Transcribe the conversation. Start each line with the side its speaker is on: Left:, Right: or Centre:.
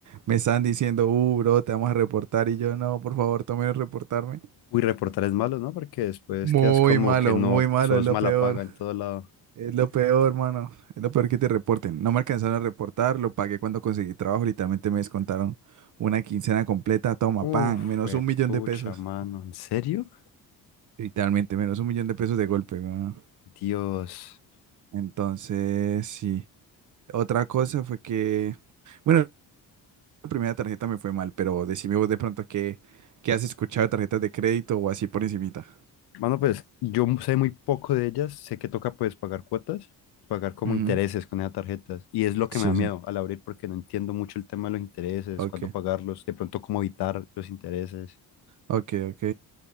Right: Me estaban diciendo, uh, bro, te vamos a reportar y yo, no, por favor, tomen reportarme.
Left: Uy, reportar es malo, ¿no? Porque después
Right: Muy
Left: quedas como
Right: malo,
Left: que no,
Right: muy malo,
Left: sos
Right: es lo
Left: mala
Right: peor.
Left: paga en todo lado.
Right: Es lo peor, hermano. Es lo peor que te reporten. No me alcanzaron a reportar, lo pagué cuando conseguí trabajo. Literalmente me descontaron una quincena completa. Toma,
Left: Uf,
Right: pan, menos
Left: fue
Right: un millón
Left: pucha,
Right: de pesos.
Left: mano, ¿en serio?
Right: Literalmente, menos un millón de pesos de golpe, weón.
Left: Dios.
Right: Entonces, sí. Otra cosa fue que, bueno, la primera tarjeta me fue mal, pero decime vos de pronto que, que has escuchado de tarjetas de crédito o así por encimita.
Left: Mano, pues yo sé muy poco de ellas, sé que toca pues pagar cuotas, pagar como
Right: Ujú.
Left: intereses con esas tarjetas y es lo que
Right: Sí,
Left: me da miedo
Right: sí.
Left: al abrir porque no entiendo mucho el tema de los intereses,
Right: Ok,
Left: cuándo pagarlos, de pronto cómo evitar los intereses.
Right: ok, ok.